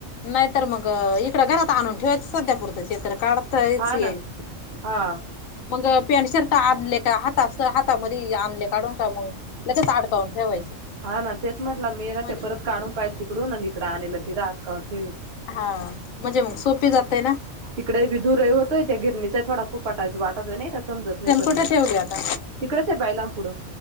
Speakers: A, on the left (about 85°); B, on the right (about 55°).
A: नाही तर मग इकडं घरात आणून ठेवायचं सध्या पुरतं ते तर काढ <unintelligible> येईल.
B: हा ना हा
A: मग पॅन्ट शर्ट आणले का? हाता अस हातामध्ये आणले? काढून का मग लगेच आडकावून ठेवायचे.
B: हा ना तेच म्हटलं मी ना
A: म्हणजे
B: ते परत काढून पाहिल तिकडून आणि इकड आनेल आणि तिथं अटकउन ठेवेल.
A: हा म्हणजे मग सोपी जातय ना?
B: तिकडे बी धूर हे होतोय त्या गिरणीचा थोडा फुपाटाच वाटतोय नाही का? समजत नाही पण.
A: कुठ ठेवली आता?
B: तिकडच आहे बैलांन पुढं.